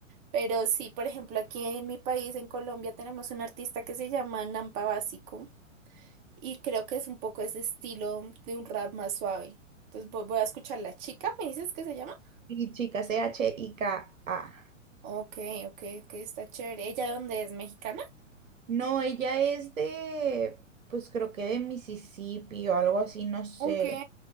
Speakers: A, on the right; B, on the right.
A: Pero sí, por ejemplo, aquí en mi país, en Colombia, tenemos un artista que se llama Nampa Básico y creo que es un poco ese estilo de un rap más suave. Entonces vo- voy a escuchar La Chica, ¿me dices que se llama?
B: Y chica, C-H-I-K-A.
A: Ok, ok, ok, está chévere. ¿Ella de dónde es? ¿Mexicana?
B: No, ella es de, pues creo que de Mississippi o algo así, no sé.
A: Ok,